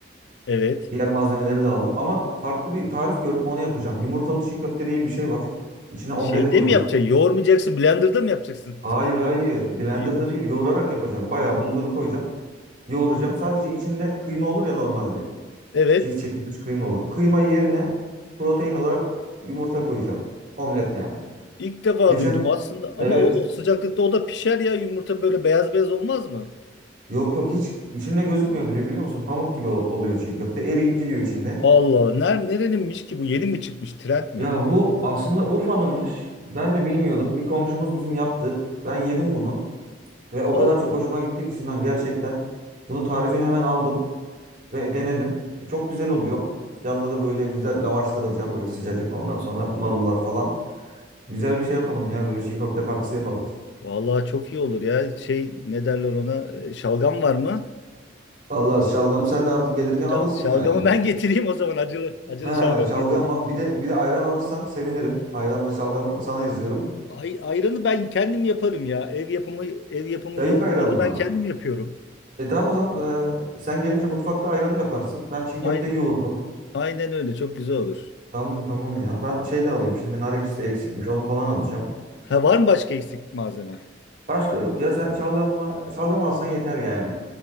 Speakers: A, on the left; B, on the right.
A: Evet.
B: Diğer malzemeleri de aldım. Ama farklı bir tarif gördüm onu yapacağım. Yumurtalı çiğ köfte diye bir şey var. İçine omlet
A: Şeyde
B: koyuyorsun.
A: mi yapacaksın? Yoğurmayacaksın. Blender'da mı yapacaksın?
B: Hayır
A: Tıkıl
B: hayır.
A: tıkıl.
B: Blender'da
A: Ha, Yoğuracak.
B: değil. Yoğurarak yapacağım. Bayağı bulguru koyacağım. Yoğuracağım. Sadece içinde kıyma olur ya normalde.
A: Evet.
B: Çift çekilmiş kıyma olur. Kıyma yerine protein olarak yumurta koyacağım. Omlet yani.
A: İlk defa
B: Geçen
A: duydum aslında ama
B: Evet
A: o, o sıcaklıkta o da pişer ya yumurta böyle beyaz beyaz olmaz mı?
B: Yok yok hiç içinde gözükmüyor bile biliyor musun? Pamuk gibi ol- oluyor çiğ köfte. Eriyip gidiyor içinde.
A: Allah Allah. Ner, nereninmiş ki bu? Yeni mi çıkmış? Trend mi?
B: Ya bu aslında Urfa'nınmış. Ben de bilmiyordum. Bir komşumuz bizim yaptı. Ben yedim bunu ve o
A: Allah
B: kadar çok hoşuma
A: Allah.
B: gitti ki Sinan gerçekten. Bunu tarifini hemen aldım ve denedim. E, Çok güzel oluyor. Yanına da böyle güzel lavaşlar alacağım böyle sıcacık. Ondan sonra marullar falan. Güzel bir şey yapalım ya böyle çiğ köfte partisi yapalım.
A: Vallahi çok iyi olur ya. Şey ne derler ona? E, Şalgam var mı?
B: Vallahi şalgamı sen de artık gelirken
A: Şal-
B: alırsın
A: şalgamı
B: yani. <laughs>
A: ben getireyim o zaman acılı. Acılı
B: Ha,
A: şalgam
B: şalgam
A: getireyim.
B: al. Bir de bir de ayran alırsan sevinirim. Ayranla şalgamı sana yazıyorum.
A: Ay, ayranı ben kendim yaparım ya. Ev yapımı ev yapımı
B: Ya ilk
A: yoğurdu,
B: ayranı
A: yoğurdu
B: mı?
A: ben kendim yapıyorum.
B: E tamam o zaman e, sen gelince mutfakta ayranı yaparsın. Ben çiğ köfteyi
A: Aynen,
B: yoğururum.
A: aynen öyle çok güzel olur.
B: Tamam tamam ya. Ben şey de alayım. Şimdi nar ekşisi eksikmiş. Onu falan alacağım.
A: Ha, var mı başka eksik malzeme?
B: Başka yok ya. Sen şalgamla şalgam alsan yeter yani.